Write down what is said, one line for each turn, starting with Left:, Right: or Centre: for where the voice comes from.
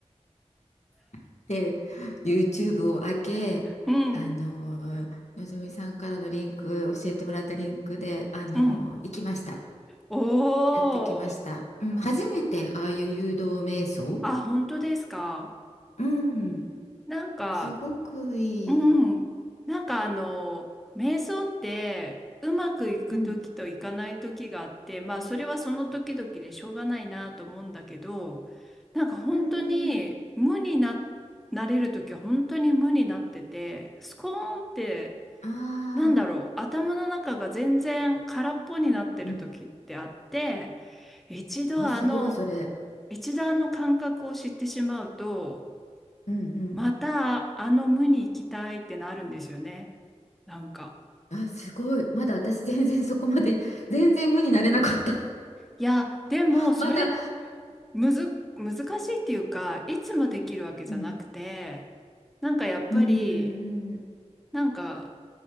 Left: <laughs> で、YouTube を開け、
Centre: うんう。
Left: あの、
Centre: うん。
Left: のぞみさんからのリンク、教えてもらったリンクで、あの、
Centre: うん。
Left: 行きました。
Centre: おお。
Left: やってきました。うん、初めてああいう誘導瞑想。
Centre: あ、本当ですか。
Left: うん、
Centre: なんか、
Left: すごくいい。
Centre: うん。なんかあの、瞑想って、うまくいく時といかない時があって、
Left: うん
Centre: まあそれはその時々でしょうがないなと思うんだけど、なんか本当に無にな、
Left: うんうんうん。
Centre: なれる時は本当に無になってて、スコーンって、
Left: ああ、
Centre: なんだろう、頭の中が全然空っぽになってる時ってあって、
Left: うん。
Centre: 一度あの、
Left: あ、すごい、それ。
Centre: 一度あの感覚を知ってしまうと、
Left: うんうん。
Centre: またあの無に行きたいってなるんですよね。なんか。
Left: あ、すごい。まだ私全然そこまで、全然無になれなかった。
Centre: いや、でもそれ
Left: <laughs> まだ、
Centre: むず、難しいっていうか、いつもできるわけじゃなくて、
Left: うん、
Centre: なんかやっぱり、
Left: うんうんうん。
Centre: なんか